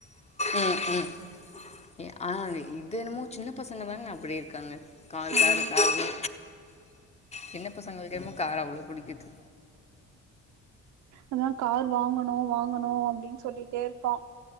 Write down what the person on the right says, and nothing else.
ஆமா
அதா கார் வாங்கணு வாங்கணு அப்டின் சொல்லிட்டேருப்பா